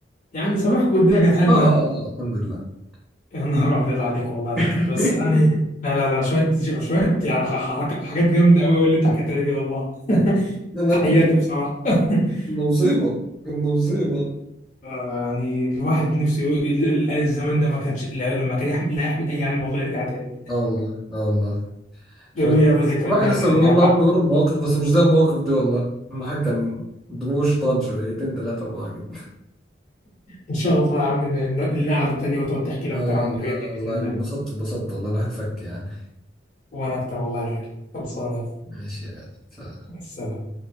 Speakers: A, on the left (about 45°); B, in the centre.
A: يعني سامحكوا والدنيا كانت حلوه
B: اه اه
A: يعني
B: اه الحمد لله
A: يا نهار ابيض عليك والله يا
B: <laughs>
A: رجاله بس يعني لا لا لا شويه شويه يعني ح- ح- حاجات جامده قوي قوي اللي انت حكيتها لي دي والله <laughs>
B: لا لا
A: تحياتي
B: كنا
A: بصراحه <laughs>
B: كنا مصيبة كنا مصيبة
A: آه، يعني الواحد نفسه ي- ال- ال- الزمان ده ما كانش لا- لما كان يحمل لا يحمل اي هم والله يرجع تاني
B: اه والله اه والله شوية
A: جميل قوي الذكريات
B: الواحد
A: دي يا
B: لسه
A: غالي.
B: بيقول
A: يعني
B: والله
A: بقى
B: يا ابني قرب مواقف بس مش زي المواقف دي والله الواحد كان دماغه شيطان شويتين تلاتة أربعة كده
A: ان شاء الله يا عم إن- إن- لنا قعده تانيه وتقعد تحكي لي
B: آه
A: اكتر عن الحاجات
B: لا لا
A: دي
B: والله
A: باذن الله
B: أنا اتبسطت اتبسطت والله الواحد فك يعني
A: وانا اكتر والله يا غالي خلصانه يا أخوي.
B: ماشي يا غالي. سلام.
A: السلام